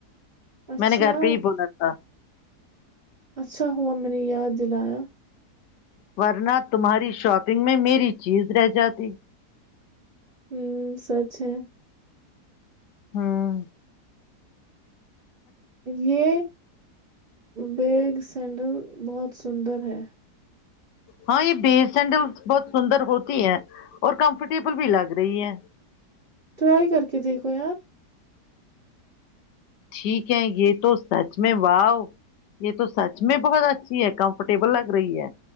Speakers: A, on the right; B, on the left.
A: اچھا
B: میں نے گھر پہ ہی بولا تھا
A: اچھا ہوا میں نے یاد دلایا
B: ورنہ تمہاری شاپنگ میں میری چیز رہ جاتی
A: ہوں سچ ہے
B: ہاں
A: یہ بیگ سینڈل بہت سندر ہے
B: ہاں یہ بی سینڈل بہت سندر ہوتی ہے اور کمفرٹیبل بھی لگ رہی ہے
A: ٹرائی کر کے دیکھو یار
B: ٹھیک ہے یہ تو سچ میں واؤ یہ تو سچ میں بہت اچھی ہے کمفرٹیبل لگ رہی ہے